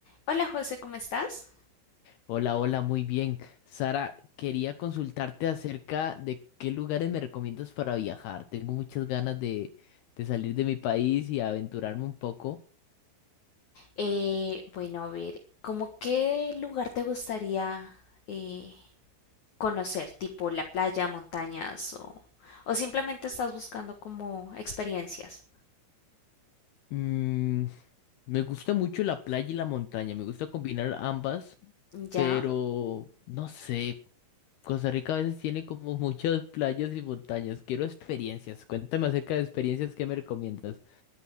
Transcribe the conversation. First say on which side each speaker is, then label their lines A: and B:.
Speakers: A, on the left; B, on the left.
A: Hola José, ¿cómo estás?
B: Hola, hola, muy bien. Sara, quería consultarte acerca de qué lugares me recomiendas para viajar. Tengo muchas ganas de, de salir de mi país y aventurarme un poco.
A: Eh, bueno, a ver, ¿cómo qué lugar te gustaría eh, conocer? ¿Tipo la playa, montañas o, o simplemente estás buscando como experiencias?
B: Mm, me gusta mucho la playa y la montaña, me gusta combinar ambas,
A: ¿Ya?
B: pero no sé, Costa Rica a veces tiene como <laughs> muchas playas y montañas. Quiero experiencias. Cuéntame acerca de experiencias que me recomiendas.